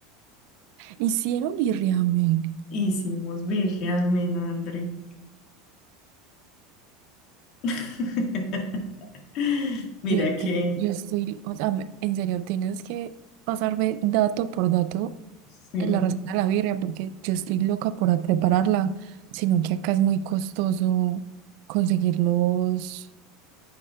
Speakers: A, on the right (about 65°); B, on the left (about 50°).
A: Hicieron birriamen.
B: Hicimos birria, ramen, André. <laughs> Mira
A: Yo,
B: que,
A: te- yo estoy, o sea, me- en serio, tienes que pasarme dato por dato
B: sí,
A: la receta de la birria, porque yo estoy loca por prepararla, sino que acá es muy costoso conseguir los,